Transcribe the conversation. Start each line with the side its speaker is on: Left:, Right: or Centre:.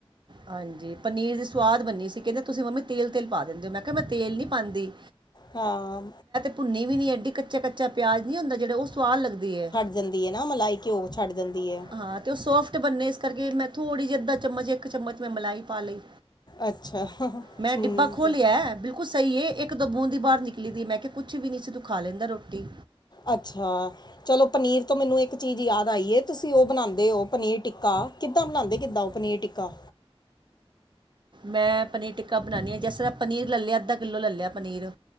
Right: ਹਾਂਜੀ, ਪਨੀਰ ਤੇ ਸਵਾਦ ਬਣੀ ਸੀ, ਕੈਂਦੇ ਤੁਸੀ ਮੰਮੀ ਤੇਲ-ਤੇਲ ਪਾ ਦਿੰਦੇ ਔ, ਮੈਂ ਕੇਆ ਮੈਂ ਤੇਲ ਨੀ ਪਾਂਂਦੀ।
Left: ਹਾਂ।
Right: ਭੁੰਨੇ ਵੀ ਨੀ ਏਡੀ, ਕੱਚਾ-ਕੱਚਾ ਪਿਆਜ ਨੀ ਹੁੰਦਾ ਜੇੜਾ ਓ ਸੁਵਾਦ ਲੱਗਦੀ ਏ।
Left: ਜਾਂਦੀ ਏ ਨਾ ਮਲਾਈ ਘੀਓ ਛੱਡ ਦਿਂਦੀ ਏ।
Right: ਹਾਂ, ਤੇ ਓੱ ਸੋਫਟ ਬਨੇ ਏਸ ਕਰਕੇ ਮੈਂ ਥੋੜ੍ਹੀ ਜਿ ਅੱਧਾ ਚਮਚ ਏਕ ਚੱਮਚ ਮੈਂ ਮਲਾਈ ਪਾ ਲਈ।
Left: ਅੱਛਾ
Right: ਮੈਂ
Left: ਠੀਕ
Right: ਡਿੱਬਾ ਖੋਲੇਆ
Left: ਹੈ
Right: ਬਿਲ ਕੂਲ ਸਈ ਏ, ਐਕ ਦੋ ਬੂੰਦ ਈ ਬਾਰ ਨਿਕਲੀ ਦੀ ਏ ਮੈਂ ਕੇਯਾ, ਕੁਛ ਵੀ ਨੀ ਸੀ ਤੂੰ ਖਾ ਲੈਂਦਾ ਰੋਟੀ।
Left: ਅੱਛਾ, ਚਲੋ ਪਨੀਰ ਤੋਂ ਮੈਨੂੰ ਏਕ ਚੀਜ ਯਾਦ ਆਈ ਏ ਤੁਸੀਂ ਓ ਬਣਾਂਦੇ ਔ ਪਨੀਰ ਟਿੱਕਾ ਕਿੱਦਾਂ, ਬਣਾਂਦੇ ਕਿੱਦਾਂ ਓ ਪਨੀਰ ਟਿੱਕਾ?
Right: ਮੈਂ ਪਨੀਰ ਟਿੱਕਾ ਬਣਾਨੀ ਆਂ ਜੈਸੇ ਪਨੀਰ ਲੈ ਲਿਆ ਅੱਦਾ ਕਿੱਲੋ ਲੈ ਲੇਆ ਪਨੀਰ